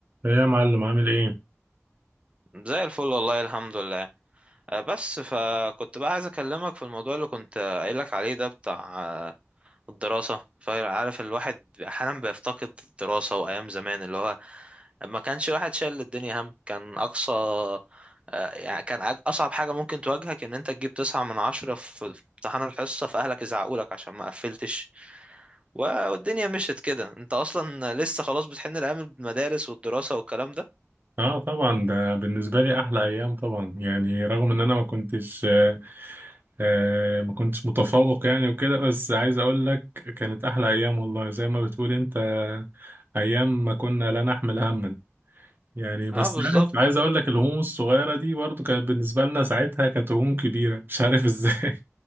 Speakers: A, on the right (about 45°); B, on the right (about 25°).
A: إيه يا معلم عامل ايه؟
B: زي الفل والله الحمد لله آه، بس فكنت بقى عايز اكلمك في الموضوع اللي كنت آه، قايلك عليه ده بتاع آه، الدراسة فعارف الواحد احيانا بيفتقد الدراسة وايام زمان اللي هو ما كانش الواحد شايل الدنيا هم كان اقصى آه، يعني كان أج- اصعب حاجة ممكن تواجهك ان انت تجيب تسعة من عشرة في في امتحان الحصة فاهلك يزعقولك عشان ما قفلتش و- والدنيا مشيت كده انت اصلا لسه خلاص بتحن لايام المدارس والدراسة والكلام ده
A: اه طبعا ده بالنسبة لي احلى ايام طبعا يعني رغم ان انا ما كنتش آه آه، ما كنتش متفوق يعني وكده بس عايز اقول لك كانت احلى ايام والله زي ما بتقول انت ايام ما كنا لا نحمل هما يعني بس
B: اه بالظبط
A: عارف عايز اقول لك الهموم الصغيرة دي برضو كانت بالنسبة لنا ساعتها كانت هموم كبيرة <laughs> مش عارف ازاي